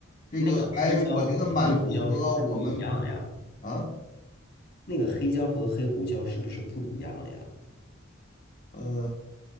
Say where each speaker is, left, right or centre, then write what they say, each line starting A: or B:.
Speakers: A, on the left (about 40°); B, on the left (about 55°).
A: 这个还我觉得蛮符合我们
B: 那个黑椒和黑胡椒是不是不一样呀？
A: 啊
B: 那个黑椒和黑胡椒是不是不一样呀？
A: 呃